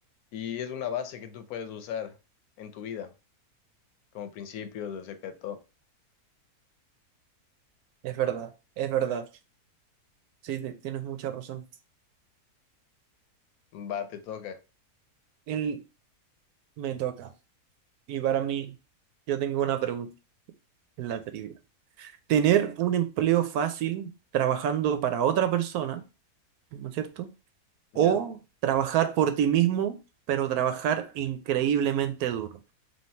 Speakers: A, on the left; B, on the right.
A: y es una base que tú puedes usar en tu vida como principios acerca de todo.
B: Es verdad, es verdad. Sí, ti- tienes mucha razón.
A: Va, te toca,
B: Él me toca. Y para mí, yo tengo una pregunta en la trivia. ¿Tener un empleo fácil trabajando para otra persona, ¿no es cierto?
A: ¿ya?
B: ¿O trabajar por ti mismo, pero trabajar increíblemente duro?